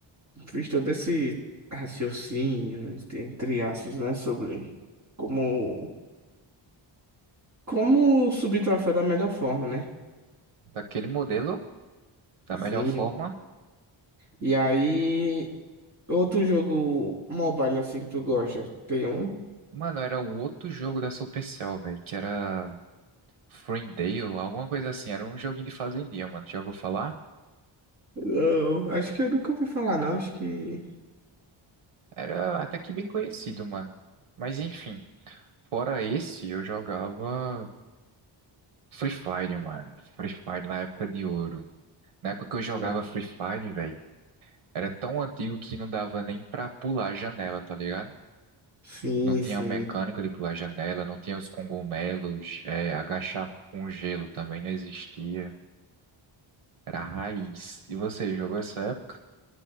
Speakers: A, on the right; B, on the right.
A: fiz todo esse raciocínio, entre entre aspas, né, sobre como, como subir troféu da melhor forma, né?
B: Daquele modelo, da melhor
A: Zinho.
B: forma.
A: E aí, outro jogo mobile assim que tu gosta, tem um?
B: Mano, era o outro jogo da Supercell, velho, que era Fruitdale, alguma coisa assim. Era um joguinho de fazendinha, mano. Já ouviu falar?
A: Não, acho que eu nunca ouvi falar, não, acho que...
B: Era até que bem conhecido, mano. Mas enfim, fora esse, eu jogava Free Fire, mano. Free Fire na época de ouro. Na época que eu jogava
A: Não.
B: Free Fire, velho. Era tão antigo que não dava nem pra pular a janela, tá ligado?
A: Sim,
B: Não tinha
A: sim.
B: mecânica de pular a janela, não tinha os cogumelos, é, agachar com gelo também não existia. Era a raiz. E você jogou essa época?